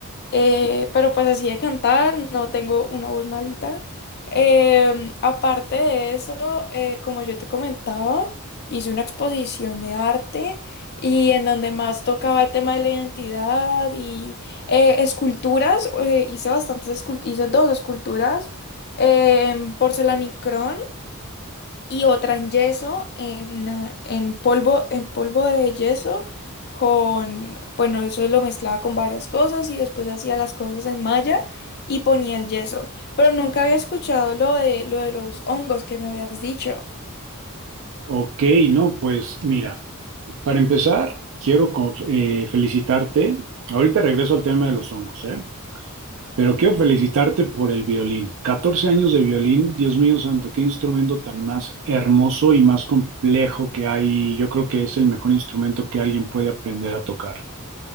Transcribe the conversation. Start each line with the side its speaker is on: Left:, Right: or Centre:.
Left: Eh, pero pues así de cantar, no tengo una voz malita. Em, aparte de eso, eh, como yo te comentaba, hice una exposición de arte y en donde más tocaba el tema de la identidad y eh, esculturas, eh, hice bastantes escul- hice dos esculturas en porcelanicrón y otra en yeso, en, eh, en polvo, en polvo de yeso, con, bueno, eso lo mezclaba con varias cosas y después hacía las cosas en malla y ponía el yeso. Pero nunca había escuchado lo de, lo de los hongos que me habías dicho.
Right: Ok, no, pues mira. Para empezar, quiero co- eh, felicitarte. Ahorita regreso al tema de los hongos, ¿eh? Pero quiero felicitarte por el violín. 14 años de violín, Dios mío santo, qué instrumento tan más hermoso y más complejo que hay. Yo creo que es el mejor instrumento que alguien puede aprender a tocar.